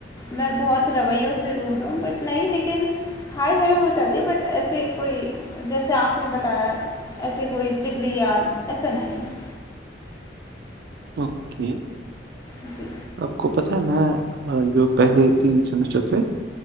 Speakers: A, on the left; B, on the right.
A: میں بہت رویوں سے روڈ ہوں بٹ نہیں لیکن ہائے ہلو ہو جاتی ہے بٹ ایسے کوئی جیسے آپ نے بتایا ایسے کوئی جگلی یار ایسا نہیں ہے
B: اوکے
A: جی
B: آپ کو پتا ہے میں جو پہلے تین سیمسٹر سے